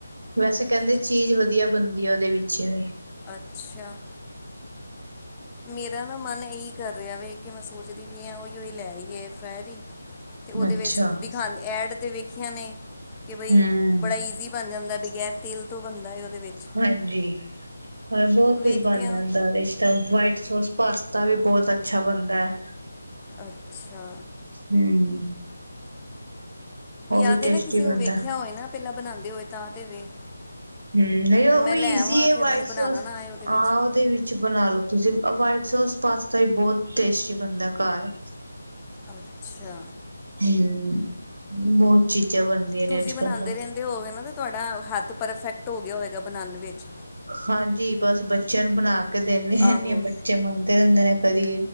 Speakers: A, on the right; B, on the left.
A: ਵੈਸੇ ਕਹਿੰਦੇ
B: ਨਹੀਂ ਕੀਤਾ
A: ਚੀਜ਼ ਵਧੀਆ ਬਣਦੀ ਆ ਉਹਦੇ ਵਿੱਚ ਹ
B: ਅੱਛਾ ਮੇਰਾ ਨਾ ਮਨ ਇਹੀ ਕਰ ਰਿਹਾ ਕਿ ਮੈਂ ਸੋਚਦੀ ਹੀ ਹਾਂ ਵੀ ਉਹੀ ਲੈ ਆਈਏ ਏਅਰ ਫਰਾਇਰ ਹੀ ਤੇ ਉਹਦੇ
A: ਅੱਛਾ
B: ਵਿੱਚ ਦਿਖਾ ਐਡ ਤੇ ਵੇਖੀਆਂ ਨੇ ਕਿ ਬਈ
A: ਹਮ
B: ਬੜਾ ਈਜ਼ੀ ਬਣ ਜਾਂਦਾ <unintelligible> <unintelligible> ਤੋਂ ਬੰਦਾ ਹੈ ਉਹਦੇ ਵਿੱਚ
A: ਹਾਂਜੀ ਹੋਰ ਬਹੁਤ
B: ਵੇਖਦੇ
A: ਕੁਝ ਬਣ
B: ਹਾਂ
A: ਜਾਂਦਾ ਪਿਸਤਾ ਵਾਈਟ ਸੋਸ ਪਾਸਤਾ ਤਾ ਵੀ ਬਹੁਤ ਅੱਛਾ ਬਣਦਾ ਹੈ
B: ਅੱਛਾ
A: ਹਮ ਉਹ
B: ਜਾਂ
A: ਵੀ
B: ਤੇ
A: ਟੇਸਟੀ
B: ਨਾ ਕਿਸੇ
A: ਬਣਦਾ
B: ਨੂੰ ਵੇਖਿਆ ਹੋਏ ਨਾ ਪਹਿਲਾਂ ਬਣਾਉਂਦੇ ਹੋਏ ਤਾਂ ਤੇ ਵੇ
A: ਹਮ ਨਹੀਂ ਉਹ
B: ਮੈਂ
A: ਵੀ
B: ਲੈ
A: ਈਜ਼ੀ
B: ਆਵਾਂ ਫਿਰ
A: ਵਾਈਟ
B: ਮੈਨੂੰ ਬਣਾਉਣਾ
A: ਸੋਸ
B: ਨਾ ਆਏ ਉਹਦੇ ਵਿੱਚ
A: ਆ ਉਹਦੇ ਵਿੱਚ ਬਣਾ ਲੋ ਤੁਸੀਂ ਵੀ ਸੋਸ ਪਾਸਤਾ ਹੀ ਬਹੁਤ ਟੇਸਟੀ ਬਣਦਾ ਘਰ
B: ਅੱਛਾ
A: ਹਮ ਬਹੁਤ ਚੀਜ਼ਾਂ ਬਣਦੀਆਂ ਨੇ
B: ਤੁਸੀਂ
A: ਅੱਜ
B: ਬਣਾਉਦੇ
A: ਕੱਲ ਤਾਂ
B: ਰਹਿੰਦੇ ਹੋ ਗੇ ਨਾ ਤੁਹਾਡਾ ਹੱਥ ਪਰਫੈਕਟ ਟ ਹੋ ਗਿਆ ਹੋਏਗਾ ਬਣਾਉਣ ਵਿੱਚ
A: ਹਾਂਜੀ ਬਸ ਬੱਚਿਆਂ ਨੂੰ ਬਣਾ ਕੇ ਦਿੰਦੇ ਰਹਿੰਦੀ
B: ਆਹੋ
A: ਬੱਚੇ ਮੰਗਦੇ ਰਹਿੰਦੇ ਨੇ ਕਦੀ